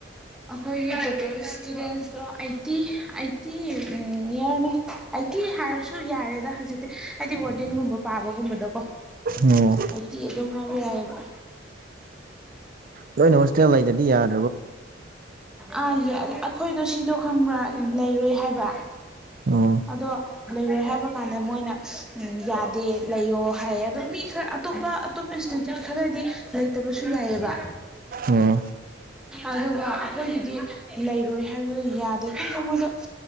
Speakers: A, in the centre; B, on the right.
A: ꯑꯩꯈꯣꯏꯒꯤ ꯇꯣꯇꯦꯜ ꯁ꯭ꯇꯨꯗꯦꯟꯁꯂꯣ ꯑꯩꯠꯇꯤ ꯑꯩꯠꯇꯤ ꯅꯤꯌꯔꯅꯦ ꯑꯩꯠꯇꯤ ꯍꯥꯏꯔꯁꯨ ꯌꯥꯔꯦꯗ ꯍꯧꯖꯤꯛꯇꯤ ꯍꯥꯏꯗꯤ ꯋꯥꯔꯗꯦꯟꯒꯨꯝꯕ ꯄꯥꯕꯒꯨꯝꯕꯗꯀꯣ
B: ꯑꯣ
A: ꯑꯩꯠꯇꯤ ꯑꯗꯨꯝ ꯍꯥꯏꯕ ꯌꯥꯔꯦꯕ
B: ꯂꯣꯏꯅ ꯍꯣꯁꯇꯦꯜ ꯂꯩꯥꯗ꯭ꯔꯗꯤ ꯌꯥ
A: ꯑꯥ ꯑꯈꯣꯏꯗꯣ ꯁꯤꯗꯣ ꯈꯪꯕ꯭ꯔꯥ ꯂꯩꯔꯣꯏ ꯍꯥꯏꯕ
B: ꯑꯣ
A: ꯑꯗꯣ ꯂꯩꯔꯣꯏ ꯍꯥꯏꯕ ꯀꯥꯟꯗ ꯃꯣꯏꯅ ꯌꯥꯗꯦ ꯂꯩꯌꯣ ꯍꯥꯏꯌꯦ ꯑꯗꯣ ꯃꯤ ꯈꯔ ꯑꯇꯣꯞꯄ ꯑꯇꯣꯞꯄ ꯏꯟꯁꯇꯤꯇ꯭ꯌꯨꯠ ꯈꯔꯗꯤ ꯂꯩꯇꯕꯁꯨ ꯌꯥꯏꯑꯦꯕ
B: ꯑꯣ
A: ꯑꯗꯨꯒ ꯑꯈꯣꯏꯒꯤꯗꯤ ꯂꯩꯔꯣꯏ ꯍꯥꯏꯕꯗꯣ ꯌꯥꯗꯦ ꯈꯪꯗꯦ ꯃꯣꯏꯗꯣ